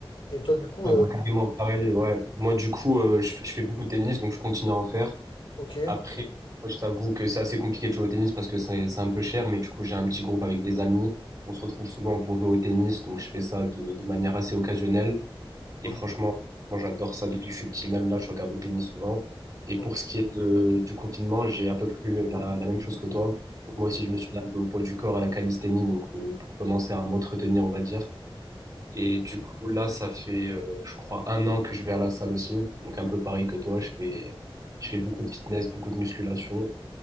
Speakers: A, on the left; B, on the right.
A: Et toi, du coup,
B: Ouais,
A: euh,
B: bah, carrément pareil. Ouais. Moi, du coup, euh, je, je fais beaucoup de tennis, donc je continue à en faire.
A: ok,
B: Après, moi, je t'avoue que c'est assez compliqué de jouer au tennis parce que c'est c'est un peu cher, mais du coup, j'ai un petit groupe avec des amis. On se retrouve souvent pour jouer au tennis, donc je fais ça de, de manière assez occasionnelle.
A: ok,
B: Et franchement, moi, j'adore ça depuis que je suis petit. Même là, je regarde le tennis souvent. Et
A: ok,
B: pour ce qui est de, du confinement, j'ai à peu près la, la même chose que toi. Donc moi aussi, je me suis mis un peu au poids du corps à la calisthénie, donc euh, pour commencer à m'entretenir, on va dire. Et du coup, là, ça fait, euh, je crois, un an que je vais à la salle aussi. Donc, un peu pareil que toi, je fais, je fais beaucoup de fitness, beaucoup de musculation.